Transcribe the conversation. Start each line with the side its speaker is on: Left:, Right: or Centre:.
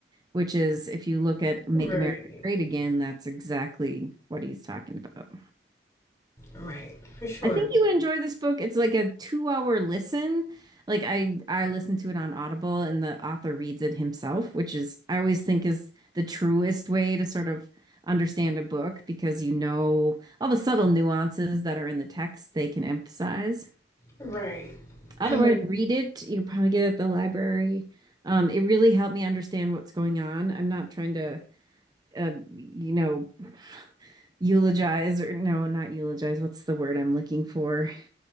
Right: which is if you look at Make
Left: Right.
Right: America Great Again, that's exactly what he's talking about.
Left: Right, for sure.
Right: I think you would enjoy this book. It's like a two-hour listen. Like I I listened to it on Audible and the author reads it himself, which is I always think is the truest way to sort of understand a book because you know all the subtle nuances that are in the text they can emphasize.
Left: Right.
Right: Otherwise,
Left: And like,
Right: read it. You can probably get it at the library. Um, it really helped me understand what's going on. I'm not trying to, uh, you know, eulogize or no, not eulogize. What's the word I'm looking for?